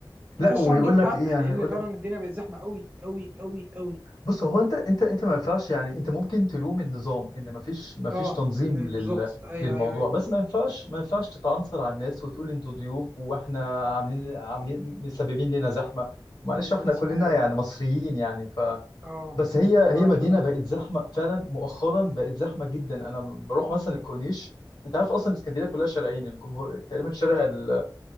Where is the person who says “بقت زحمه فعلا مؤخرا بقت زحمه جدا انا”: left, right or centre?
Left